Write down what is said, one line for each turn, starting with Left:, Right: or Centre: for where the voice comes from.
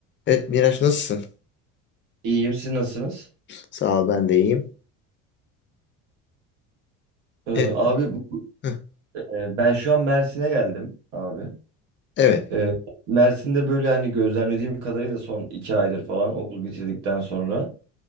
Left: Evet Miraç nasılsın?
Right: İyiyim, siz nasılsınız?
Left: Sağ ol ben de iyiyim.
Right: Ee,
Left: Evet.
Right: abi bu-
Left: Hı,
Right: e, ben şu an Mersin'e geldim abi.
Left: evet.
Right: Ee, Mersin'de böyle hani gözlemlediğim kadarıyla son iki aydır falan okul bitirdikten sonra